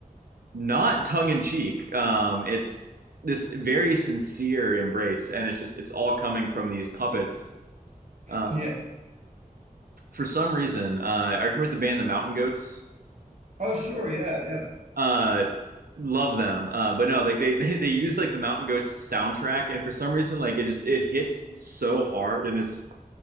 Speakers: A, on the right (about 85°); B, on the right (about 55°).
A: not tongue in cheek. Um, it's this very sincere embrace, and it's just it's all coming from these puppets.
B: <laughs>
A: Um,
B: yeah.
A: for some reason, uh, I remember the band The Mountain Goats.
B: Oh, sure. Yeah. Yeah.
A: Uh, love them, uh, but no, like they, <laughs> they they use like the Mountain Goats soundtrack, and for some reason, like it just it hits so hard, and it's